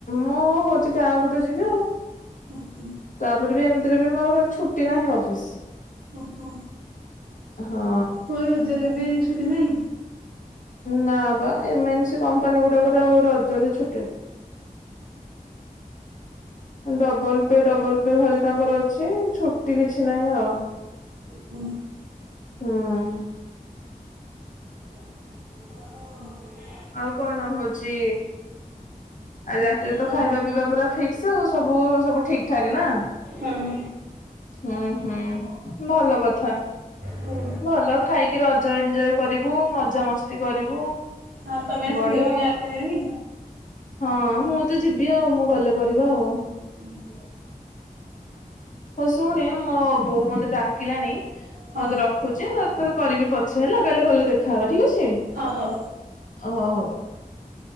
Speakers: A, on the left (about 60°); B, on the right (about 80°).
A: ମୁଁ ହଉଛି ଗାଁକୁ ତ ଯିବି ଆଉ
B: ନା।
A: ତାପରେ ବି ଏମତି। ମୋର ଖାଲି ଛୁଟି ନାହିଁ ଅଫିସ।
B: ଓହୋ
A: ହଁ
B: କ ରଜରେ ଏ ଛୁଟି ନାହିଁ
A: ନା ବା ଏମ ଏନ୍ ସ କମ୍ପାନୀ ଗୁଡାକରେ ଆଉ ରଜରେ ଛୁ ଡବଲ ପେ ଡବଲ ପେ ଖାଲି ତାଙ୍କର ଅଛି ଛୁଟି କିଛି ନାହିଁ ଆଉ
B: ହୁଁ
A: ହୁଁ <inaudible>
B: ହଁ
A: ଆଉ କଣ ହଉଛି ଆଜି ରାତିରେ
B: ହୁଁ
A: ତ ଖାଇବା ପିବା ପୁରା ଫିକ ହ ସବୁ ସବୁ ଠିକ ଠାକ୍ ନା
B: ହୁଁ।
A: ହୁଁ ହୁଁ ଭଲ କଥା
B: ହଁ
A: ଭଲ ଖାଇକି ରଜ ଏଞ୍ଜୟ କରିବୁ ମଜା ମସ୍ତି କରିବୁ
B: ହଁ ତମେ ଆସଥିଲେ
A: ବଢିଆ
B: ବି
A: ଆଉ।
B: ଗାଁହାରେ କରିବନି
A: ହଁ ମୁଁ ତ ଯିବି ଆଉ ମୁଁ ଗଲେ କରିବା ଆଉ
B: ହୁଁ
A: ହସୁଣେ ମୋ ବୋଉ ମତେ ଡାକିଲାଣି ମୁଁ
B: ହଁ
A: ତତେ ରଖୁଛି ମ ତ କରିବି ପଛ ହେଲା କାଲି ଗଲେ ଦେଖାହବା ଠିକ ଅଛି ହ
B: ହଁ ହଉ।
A: ହଉ